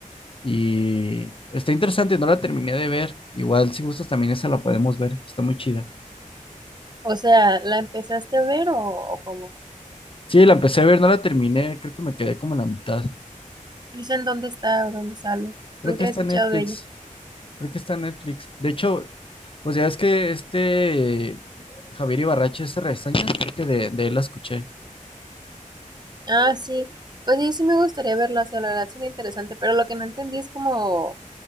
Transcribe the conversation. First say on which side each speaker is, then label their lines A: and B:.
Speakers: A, on the left; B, on the right.
A: y está interesante, no la terminé de ver, igual si gustas también esa la podemos ver, está muy chida.
B: O sea, ¿la empezaste a ver o, o cómo?
A: Sí, la empecé a ver, no la terminé, creo que me quedé como en la mitad.
B: Dicen dónde está o dónde sale.
A: Creo
B: Nunca
A: que
B: he
A: está
B: escuchado
A: en Netflix,
B: de ella.
A: creo que está en Netflix. De hecho, pues ya ves que este Javier Ibarrache hace reseñas, creo que de, de él la escuché.
B: Ah, sí. Pues sí, sí me gustaría verlo, o sea, la verdad suena interesante, pero lo que no entendí es como,